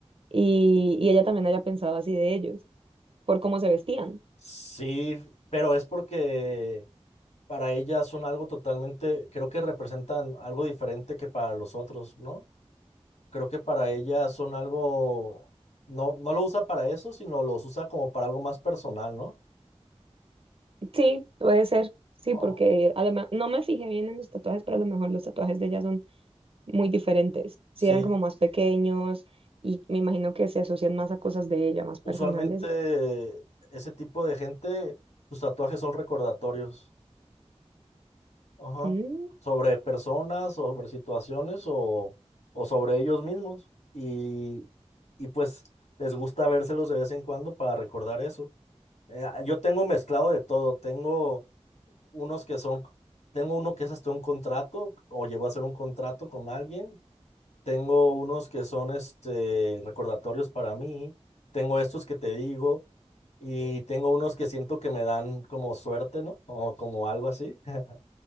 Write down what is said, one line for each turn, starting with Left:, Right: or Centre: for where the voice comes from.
Right: y, y ella también haya pensado así de ellos, por cómo se vestían.
Left: Sí, pero es porque para ellas son algo totalmente, creo que representan algo diferente que para los otros, ¿no? Creo que para ella son algo, no, no lo usa para eso, sino los usa como para algo más personal, ¿no?
Right: Sí, puede ser. Sí,
Left: Oh,
Right: porque a lo me- no me fijé bien en los tatuajes, pero a lo mejor los tatuajes de ella son muy diferentes. si
Left: Sí,
Right: eran como más pequeños y me imagino que se asocian más a cosas de ella, más personales.
Left: usualmente ese tipo de gente, sus tatuajes son recordatorios, ajá,
Right: Mm,
Left: sobre personas, sobre situaciones o, o sobre ellos mismos. Y, y pues les gusta vérselos de vez en cuando para recordar eso. Eh, yo tengo mezclado de todo, tengo unos que son, tengo uno que es hasta un contrato o llegó a hacer un contrato con alguien. Tengo unos que son este, recordatorios para mí. Tengo estos que te digo y tengo unos que siento que me dan como suerte, ¿no? O como algo así. <laughs>